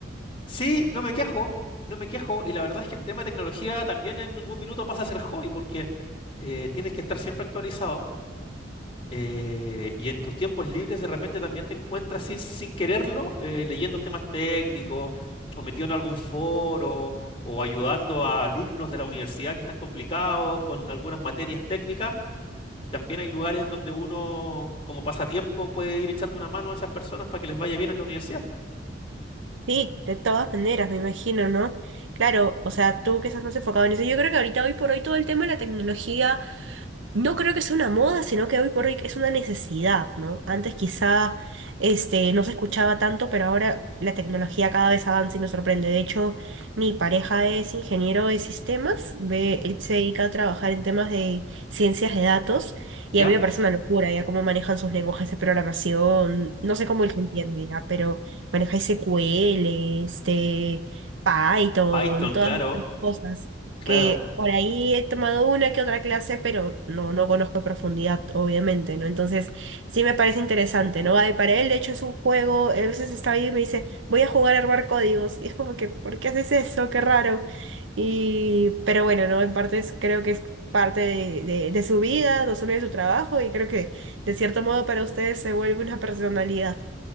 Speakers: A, on the left (about 30°); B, on the right (about 85°).
A: Sí, no me quejo, no me quejo. Y la verdad es que el tema de tecnología también en algún minuto pasa a ser hobby porque eh, tienes que estar siempre actualizado eh, y en tus tiempos libres de repente también te encuentras sin, sin quererlo eh, leyendo temas técnicos o metido en algún foro o ayudando a alumnos de la universidad que están complicados con algunas materias técnicas. También hay lugares en donde uno como pasatiempo puede ir echando una mano a esas personas para que les vaya bien en la universidad.
B: Sí, de todas maneras, me imagino, ¿no? Claro, o sea, tú que estás más enfocado en eso. Yo creo que ahorita, hoy por hoy, todo el tema de la tecnología No creo que sea una moda, sino que hoy por hoy es una necesidad, ¿no? Antes quizá este, no se escuchaba tanto, pero ahora la tecnología cada vez avanza y me sorprende. De hecho, mi pareja es ingeniero de sistemas, ve,
A: Ujú.
B: él se dedica a trabajar en temas de ciencias de datos
A: ¿Ya?
B: y a mí me parece una locura ya cómo manejan sus lenguajes de programación. No sé cómo él se entiende ya, pero maneja SQL, este, Python,
A: Python,
B: todas
A: claro,
B: estas cosas
A: claro.
B: que por ahí he tomado una que otra clase, pero no, no conozco a profundidad, obviamente, ¿no? Entonces, sí me parece interesante, ¿no? Ay, para él, de hecho, es un juego, a veces está ahí y me dice, voy a jugar a armar códigos, y es como que, ¿por qué haces eso? Qué raro. Y, pero bueno, ¿no? En parte es- creo que es parte de, de, de su vida, no solo de su trabajo, y creo que, de cierto modo, para ustedes se vuelve una personalidad.